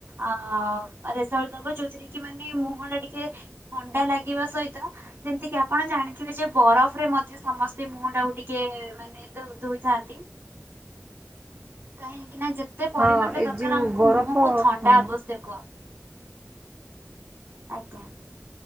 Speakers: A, on the right; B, on the right.
A: ଅ ରେଜଲଟ ଦବ ଯୋଉଥିରେ କି ମାନେ ମୁହଁ ଟା ଟିକେ ଥଣ୍ଡା ଲାଗିବା ସହିତ ଯେମିତିକ ଆପଣ ଜାଣିଥିବେ ଯେ ବରଫରେ ମଧ୍ୟ ସମସ୍ତେ ମୁହଁ ଟାକୁ ଟିକେ ଟିକେ ମାନେ ଦ ଧୋଇଥାନ୍ତି। କାହିଁକିକି ନା ଯେ କେତେ ପରିମାଣରେ
B: ହଁ ଏ
A: ଦରକାର
B: ଯୋଉ
A: ଆମକୁ
B: ବରଫ
A: ମୁହଁକୁ ଥଣ୍ଡା
B: ହଁ
A: ଆବଶ୍ୟକ। ଆଜ୍ଞା।